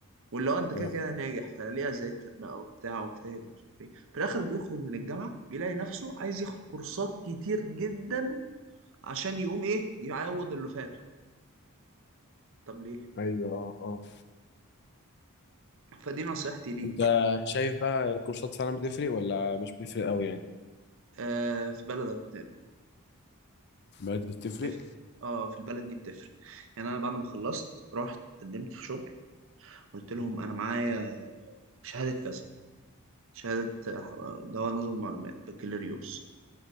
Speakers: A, on the right; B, on the left.
A: واللي هو أنت
B: فعلاً.
A: كده كده ناجح فليه أذاكر بقى وبتاع واجتهد ومش عارف إيه في الآخر بيخرج من الجامعة بيلاقي نفسه عايز ياخد كورسات كتير جدا عشان يقوم إيه يعوض اللي فاته طب ليه؟
B: ايوه اه اه
A: فدي نصيحتي ليك
B: انت
A: يعني
B: شايف بقى الكورسات فعلا بتفرق ولا مش بتفرق قوي يعني
A: آه في بلدك
B: بدأت تفرق
A: بتفرق اه في البلد دي بتفرق يعني انا بعد ما خلصت رحت قدمت في شغل قلت لهم انا معايا شهادة كذا شهادة آه، دواء نظم معلومات بكالوريوس